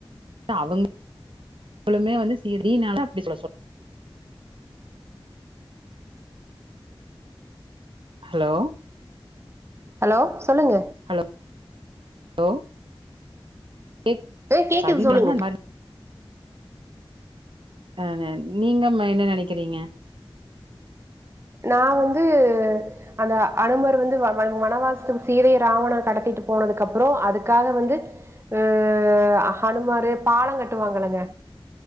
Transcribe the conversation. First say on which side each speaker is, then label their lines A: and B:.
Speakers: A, on the right; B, on the right.
A: தஅவங் ழுமே வந்து சேரி னால அப்டி சொல்ல சொல் ஹலோ
B: ஹலோ சொல்லுங்க
A: ஹலோ ஹலோ கேக்
B: ஆ கேக்குது
A: சதிங்கள
B: சொல்லுங்க
A: தா அது மாரி அஹ் அஹ் நீங்க என்ன நினைக்கிறீங்க
B: நா வந்து அந்த அனுமர் வந்து வனவாசத்துக்கு சீதைய ராவணன் கடத்திட்டு போனதுக்கு அப்புறோ அதுக்காக வந்து அஹ் ஹனுமாரு பாலோ கட்டுவாங்களங்க